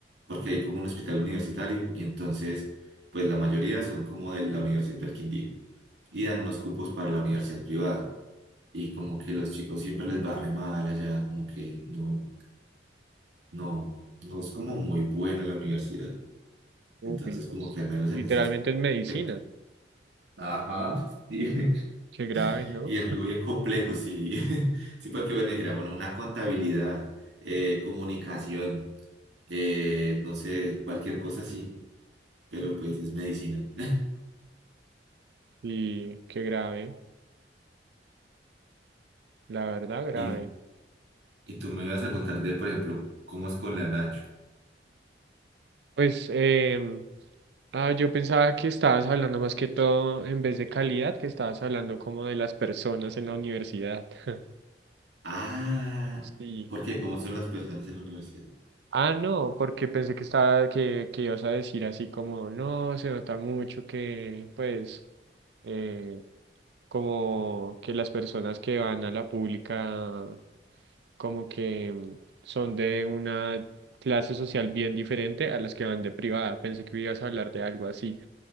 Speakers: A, on the right; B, on the right.
A: porque hay como un hospital universitario y entonces pues la mayoría son como de la Universidad del Quindío y dan unos cupos para la universidad privada y como que los chicos siempre les va re mal allá, como que no, no, no es como
B: Uy,
A: muy buena la universidad.
B: uy,
A: Entonces,
B: Dios.
A: como que al menos
B: Y
A: en
B: literalmente
A: ese aspecto.
B: en medicina.
A: Ajá. Sí. <laughs>
B: Qué grave, ¿no?
A: Y en algo bien complejo, sí. <laughs> Sí, porque bueno, dijera, bueno, una contabilidad, eh, comunicación, eh, no sé, cualquier cosa así, pero pues es medicina. <laughs>
B: Y qué grave, la verdad, grave.
A: Y, y tú me vas a contar de, por ejemplo, cómo es con la Nacho.
B: Pues, em, ah, yo pensaba que estabas hablando más que todo, en vez de calidad, que estabas hablando como de las personas en la universidad. <laughs>
A: Ah,
B: Sí.
A: porque cómo son las personas en la universidad.
B: Ah, no, porque pensé que estaba, que, que ibas a decir así como, no, se nota mucho que, pues, eh, como que las personas que van a la pública, como que son de una clase social bien diferente a las que van de privada. Pensé que ibas a hablar de algo así.